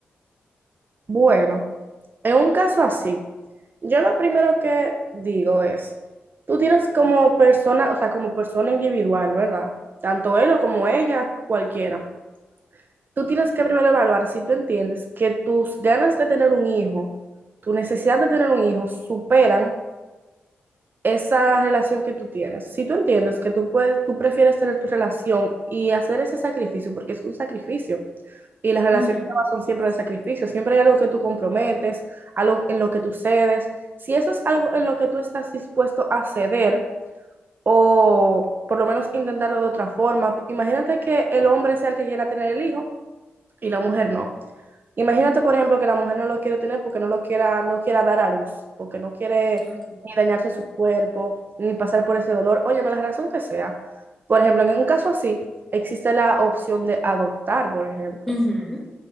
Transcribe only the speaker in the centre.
Ujú,
Okay.
ujú.